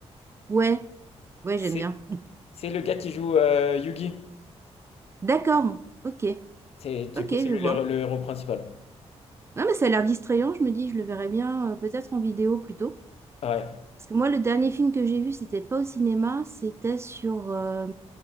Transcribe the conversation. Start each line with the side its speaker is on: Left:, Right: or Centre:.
Right: Ouais, ouais,
Left: C'est,
Right: j'aime bien.
Left: c'est le gars qui joue euh, Yugi.
Right: D'accord, ok,
Left: C'est, du
Right: ok,
Left: coup,
Right: je
Left: c'est lui
Right: vois.
Left: le, le héros principal.
Right: Non, mais ça a l'air distrayant, je me dis, je le verrai bien euh, peut-être en vidéo plutôt.
Left: Ouais,
Right: Parce que moi, le dernier film que j'ai vu, c'était pas au cinéma, c'était sur, euh,